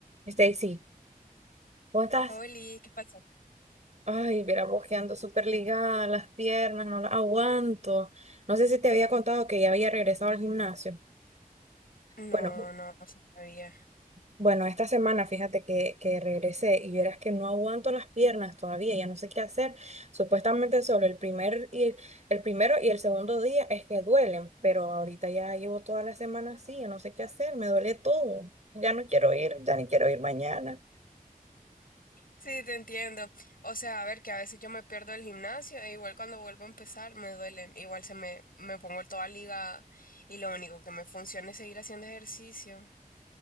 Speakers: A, on the right; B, on the left.
A: Stacy, ¿cómo estás?
B: Oli, ¿qué pasó?
A: Ay, mira, bojeando súper ligada, las piernas, no las aguanto. No sé si te había contado que ya había regresado al gimnasio.
B: No,
A: Bueno,
B: no sabía.
A: bueno, esta semana fíjate que, que regresé y verás que no aguanto las piernas todavía, ya no sé qué hacer. Supuestamente solo el primer y el, el primero y el segundo día es que duelen, pero ahorita ya llevo toda la semana así, ya no sé qué hacer, me duele todo. Ya no quiero ir, ya ni quiero ir mañana.
B: Sí, te entiendo. O sea, a ver, que a veces yo me pierdo el gimnasio e igual cuando vuelvo a empezar me duelen. Igual se me, me pongo toda ligada y lo único que me funciona es seguir haciendo ejercicio.